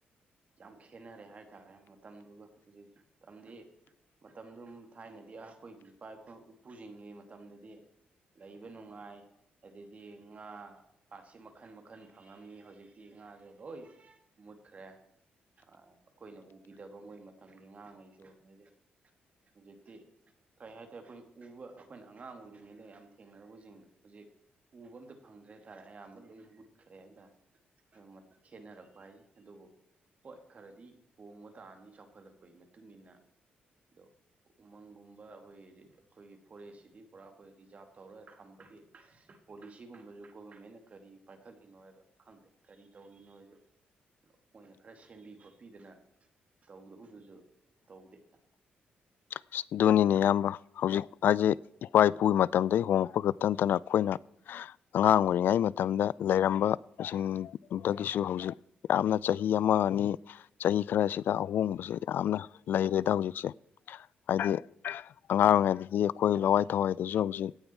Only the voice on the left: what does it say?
ꯑꯁ ꯗꯨꯅꯤꯅꯦ ꯏꯌꯥꯝꯕ ꯍꯧꯖꯤꯛ ꯍꯥꯏꯖ‌ꯦ ꯏꯄꯥ ꯏꯄꯨꯒꯤ ꯃꯇꯝꯗꯩ ꯍꯣꯉꯛꯄ ꯈꯛꯇ ꯅꯠꯇꯅ ꯈꯣꯏꯅ ꯑꯉꯥꯡ ꯑꯣꯏꯔꯤꯉꯩ ꯃꯇꯝꯗ ꯂꯩꯔꯝꯕ ꯑꯁꯤꯡ ꯗꯒꯤꯁꯨ ꯍꯧꯖꯤꯛ ꯌꯥꯝꯅ ꯆꯍꯤ ꯑꯃ ꯑꯅꯤ ꯆꯍꯤ ꯈꯔꯁꯤꯗ ꯑꯍꯣꯡꯕꯁꯦ ꯌꯥꯝꯅ ꯂꯩꯔꯦꯗ ꯍꯧꯖꯤꯛꯁꯦ ꯍꯥꯏꯗꯤ ꯑꯉꯥꯡ ꯑꯣꯏꯔꯤꯉꯩꯗꯗꯤ ꯑꯩꯈꯣꯏ ꯂꯋꯥꯏ ꯊꯋꯥꯏꯗꯁꯨ ꯍꯧꯖꯤꯛ